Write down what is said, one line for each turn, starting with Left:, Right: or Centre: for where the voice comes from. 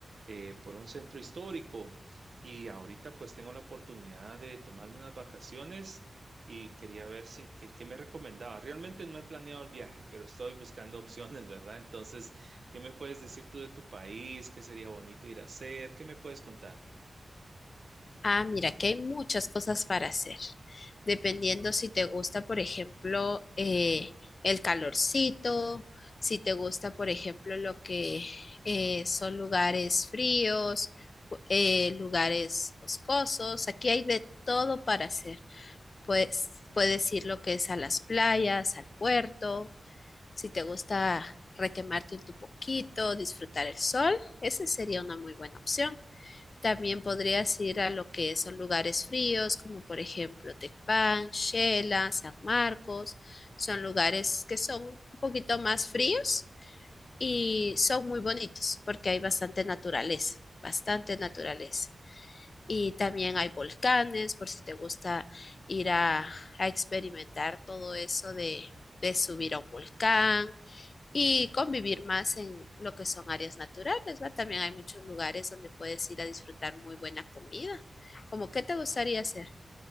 Right: eh, por un centro histórico y ahorita pues tengo la oportunidad de tomarme unas vacaciones y quería ver si qué, qué me recomendaba. Realmente no he planeado el viaje, pero estoy buscando <laughs> opciones, ¿verdad? Entonces, ¿qué me puedes decir tú de tu país? ¿Qué sería bonito ir a hacer? ¿Qué me puedes contar?
Left: Ah, mira, que hay muchas cosas para hacer, dependiendo si te gusta, por ejemplo, eh, el calorcito, si te gusta, por ejemplo, lo que eh, son lugares fríos, cu- eh, lugares boscosos. Aquí hay de todo para hacer. Pues puedes ir lo que es a las playas, al puerto. Si te gusta requemarte un poquito, disfrutar el sol, esa sería una muy buena opción. También podrías ir a lo que son lugares fríos, como por ejemplo Tecpan, Xela, San Marcos. Son lugares que son un poquito más fríos y son muy bonitos porque hay bastante naturaleza, bastante naturaleza. Y también hay volcanes, por si te gusta ir a, a experimentar todo eso de, de subir a un volcán y convivir más en lo que son áreas naturales, ¿va? También hay muchos lugares donde puedes ir a disfrutar muy buena comida. Como, ¿qué te gustaría hacer?